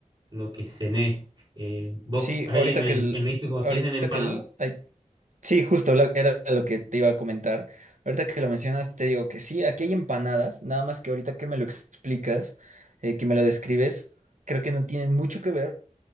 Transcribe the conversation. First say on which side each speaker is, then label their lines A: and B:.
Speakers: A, on the right; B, on the right.
A: lo que cené. Eh, ¿vos
B: Sí,
A: ahí
B: ahorita
A: en, en
B: que el,
A: en México
B: ahorita
A: tienen empanadas?
B: que el, ay, Sí, justo la- era lo que te iba a comentar. Ahorita que lo mencionas, te digo que sí, aquí hay empanadas, nada más que ahorita que me lo explicas, eh, que me lo describes, creo que no tienen mucho que ver.